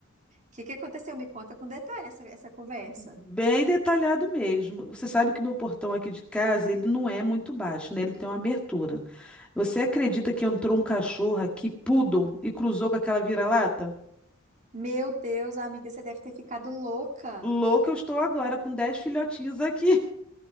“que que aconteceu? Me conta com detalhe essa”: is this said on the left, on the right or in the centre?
Right